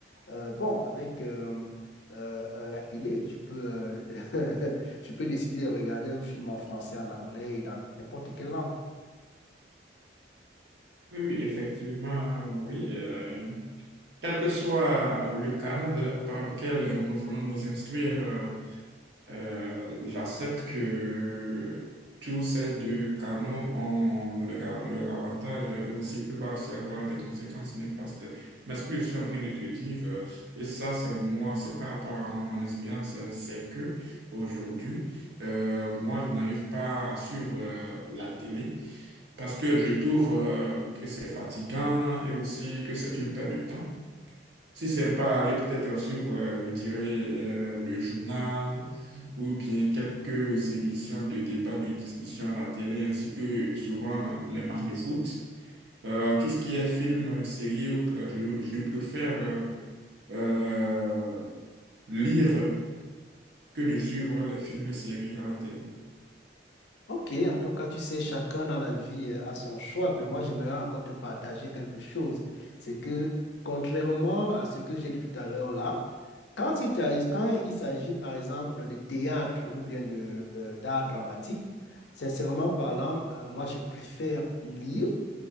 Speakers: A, on the left (about 75°); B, on the right (about 70°).
A: euh, bon, avec euh, euh, euh, la télé, je peux, euh, <laughs> je peux décider de regarder un film en français, en anglais et dans n'importe quelle langue.
B: Oui, oui, effectivement, oui. euh, quel que soit le canal par lequel nous voulons nous instruire, euh, Euh, j'accepte que tous ces deux canaux ont leur, leur avantage et aussi peuvent aussi avoir des conséquences néfastes. Mais ce que je suis en train de te dire, euh, et ça c'est moi, c'est par rapport à moi, mon expérience, euh, c'est que aujourd'hui, euh, moi je n'arrive pas à suivre euh, la télé parce que je trouve euh, que c'est fatigant et aussi que c'est une perte de temps. Si c'est pas aller peut-être suivre, euh, je dirais, euh, le journal ou bien quelques émissions de débat, de discussion à la télé, ainsi que souvent euh, les matchs de foot. Euh, tout ce qui est film, euh, série, autre, je, je préfère euh, euh, lire que de suivre les films et séries à la télé.
A: Ok, en tout cas, tu sais, chacun dans la vie euh, a son choix, mais moi, j'aimerais encore te partager quelque chose. C'est que, contrairement à ce que j'ai dit tout à l'heure là, quand il, tra- quand il s'agit, par exemple, de théâtre ou bien de, euh, d'art dramatique, sincèrement parlant, euh, moi, je préfère lire